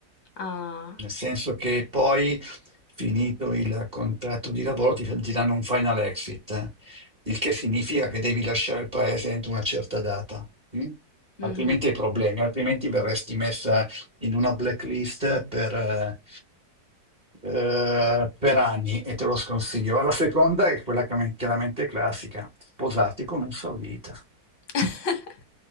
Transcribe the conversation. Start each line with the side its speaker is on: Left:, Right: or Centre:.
Left: ah,
Right: nel senso che poi, finito il contratto di lavoro, ti, ti danno un final exit, eh, il che significa che devi lasciare il paese entro una certa data. mm?
Left: mh-mh.
Right: Altrimenti hai problemi, altrimenti verresti messa in una blacklist per, eh, eh, per anni e te lo sconsiglio. La seconda è quella chiaramente classica, sposarti con un saudita.
Left: <laughs>